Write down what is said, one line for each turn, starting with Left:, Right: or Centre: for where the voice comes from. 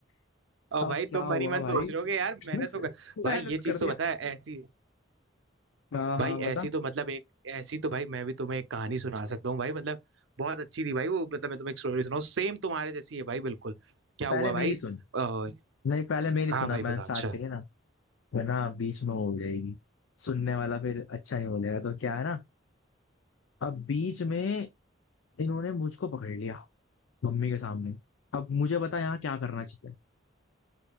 Right: और
Left: अब
Right: भाई तुम
Left: क्या हुआ
Right: मन ही मन
Left: भाई
Right: सोच रहे होगे यार
Left: <laughs>
Right: मैंने तो
Left: मेहनत
Right: भाई ये चीज
Left: कर दिया
Right: तो बताया ऐसी
Left: हाँ हाँ
Right: भाई
Left: बता
Right: ऐसी तो मतलब एक ऐसी तो भाई मैं भी तुम्हें एक कहानी सुना सकता हूँ भाई मतलब बहुत अच्छी थी भाई वो मतलब मैं तुम्हें एक स्टोरी सुनाऊँ सेम तुम्हारे जैसी है भाई बिल्कुल क्या
Left: पहले
Right: हुआ
Left: मेरी
Right: भाई
Left: सुन
Right: आ,
Left: नहीं पहले मेरी
Right: हाँ
Left: सुना
Right: भाई
Left: मैंने
Right: बता
Left: स्टार्ट
Right: अच्छा
Left: करी ना वरना बीच में वो हो जाएगी सुनने वाला फिर अच्छा नहीं बोलेगा तो क्या है ना अब बीच में इन्होंने मुझको पकड़ लिया मम्मी के सामने अब मुझे बता यहाँ क्या करना चाहिए